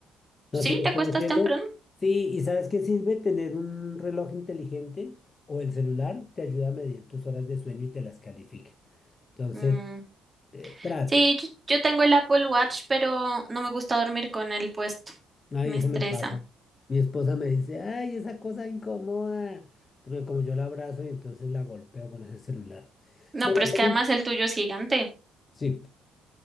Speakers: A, on the right; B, on the left.
A: ¿Sí?
B: No, si lo
A: ¿Te
B: estoy
A: acuestas
B: haciendo.
A: temprano?
B: Sí, ¿y sabes qué sirve tener un reloj inteligente o el celular? Te ayuda a medir tus horas de sueño y te las califica. Entonces,
A: Mm,
B: eh, trato.
A: Sí, yo, yo tengo el Apple Watch, pero no me gusta dormir con él puesto.
B: Ay,
A: Me
B: eso
A: estresa.
B: me pasa. Mi esposa me dice, ay, esa cosa incomoda. Porque como yo la abrazo y entonces la golpeo con ese celular.
A: No,
B: Bueno,
A: pero
B: el
A: es
B: segun-
A: que además el tuyo es gigante.
B: sí,